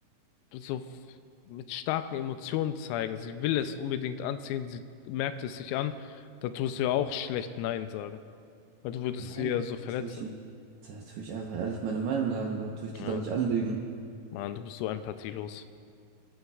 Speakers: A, on the left (about 85°); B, on the right (about 80°).
A: so f- mit starken Emotionen zeigen. Sie will es unbedingt anziehen, sie merkt es sich an. Da tust du ja auch schlecht Nein sagen, weil du würdest
B: Nein,
A: sie ja so
B: da
A: verletzen.
B: tue ich die, da tue ich einfach ehrlich meine Meinung sagen, da tue
A: Ja,
B: ich die doch nicht anlügen.
A: Mann, du bist so empathielos.